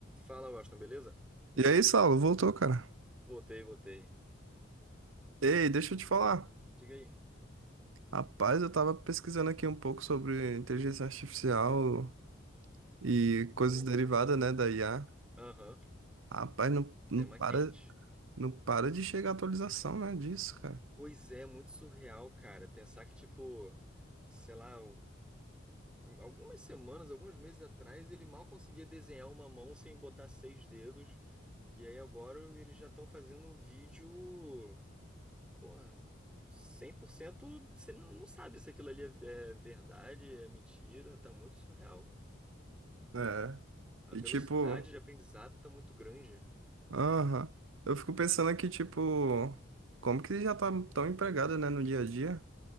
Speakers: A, in the centre; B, on the right.
A: Fala, Washington, beleza?
B: E aí, Saulo, voltou, cara.
A: Voltei, voltei.
B: Ei, deixa eu te falar.
A: Diga aí.
B: Rapaz, eu tava pesquisando aqui um pouco sobre inteligência artificial e coisas
A: Pô,
B: derivadas, né, da IA.
A: Aham,
B: Rapaz, não, não
A: tema
B: para,
A: quente.
B: não para de chegar atualização, né, disso, cara.
A: Pois é, muito surreal, cara. Pensar que, tipo, sei lá, o- algumas semanas, alguns meses atrás, ele mal conseguia desenhar uma mão sem botar seis dedos. E aí agora eles já estão fazendo um vídeo. Porra, 100% você não não sabe se aquilo ali é é verdade, é mentira. Tá muito surreal.
B: É.
A: A
B: E
A: velocidade
B: tipo,
A: de aprendizado tá muito grande.
B: aham. Eu fico pensando aqui, tipo, como que já tá tão empregada, né, no dia a dia,